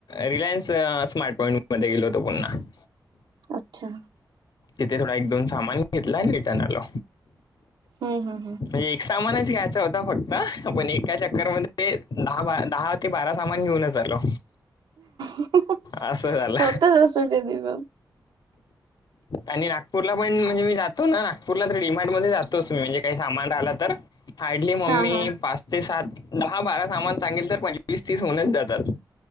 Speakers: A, on the left; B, on the right.
A: रिलायन्स स्मार्ट पॉइंट मध्ये गेलो होतो पुन्हा <inaudible>
B: अच्छा
A: तिथे थोडा एक दोन सामान घेतला आणि रिटर्न आलो
B: हा हा हा
A: म्हणजे एक सामानच घ्यायचा होता फक्त हा पण एका चक्करमध्ये दहाबारा दहा ते बारा सामान घेऊनच आलो
B: हम्म
A: असं झालं
B: होतच असं कधी पण
A: आणि नागपूरला पण म्हणजे मी जातो ना नागपूरला तर डिमार्ट मध्ये जातोच मी म्हणजे काही सामान राहिला तर हार्डली मम्मी
B: हा हा
A: पाच ते सात दहा-बारा सामान चांगल तर पंचवीस-तीस होऊनच जातात